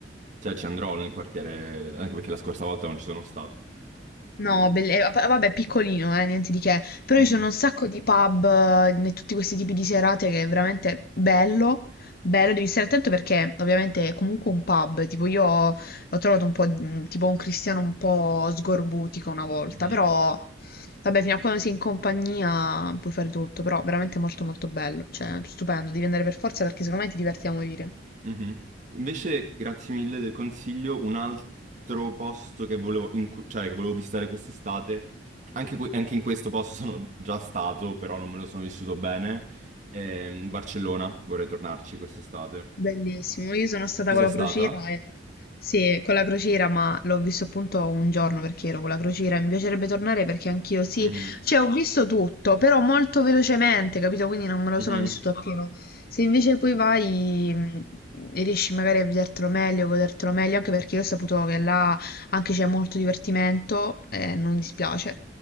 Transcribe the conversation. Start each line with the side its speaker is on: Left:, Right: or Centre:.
Right: cioè, ci andrò nel quartiere, anche perché la scorsa volta non ci sono stato, quindi...
Left: No, belle- eh, va- vabbè, piccolino, eh, niente di che. Però
Right: Mhm,
Left: ci sono un sacco di pub eh, e tutti questi tipi di serate che è veramente bello. Bello, devi stare attento perché ovviamente è comunque un pub. Tipo, io l'ho trovato un po' mm, tipo un cristiano un po' sgorbutico una volta.
Right: mhm,
Left: Però, vabbè, fino a quando sei in compagnia puoi fare tutto. Però veramente molto molto bello. Cioè, stupendo, devi andare per forza perché secondo me ti diverti a morire.
Right: mhm. Invece, grazie mille del consiglio, un altro posto che volevo, in cui- cioè, che volevo visitare quest'estate, anche, que- anche in questo posto sono già stato, però non me lo sono vissuto bene, ehm, Barcellona, vorrei tornarci quest'estate.
Left: Bellissimo, io sono stata
Right: Tu
Left: con
Right: sei
Left: la
Right: stata?
Left: crociera e... Sì, con la crociera, ma l'ho visto appunto un giorno perché ero con la crociera e mi piacerebbe tornare perché anch'io sì,
Right: Mhm,
Left: cioè ho visto tutto, però molto velocemente, capito? Quindi non me lo
Right: mhm.
Left: sono vissuto appieno. Se invece poi vai mh, e riesci magari a vedertelo meglio, godertelo meglio, anche perché io ho saputo che là anche c'è molto divertimento e non dispiace.